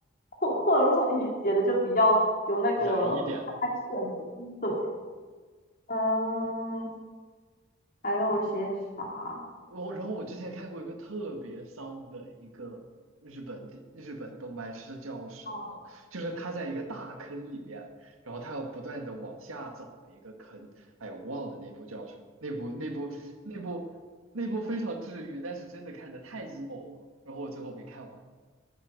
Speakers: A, on the left; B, on the right.
A: 混混乱一些的，就比较有那个
B: 燃一点。
A: action 的。对，嗯，还有些啥？
B: 然后然后我之前看过一个特别丧的一个日本的日本动漫是叫什么？
A: 哦
B: 就是他在一个大坑里面，然后他要不断的往下走的一个坑。哎呀，我忘了那部叫什么？那部那部那部那部非常治愈，但是真的看的太 emo 了，然后我最后没看完。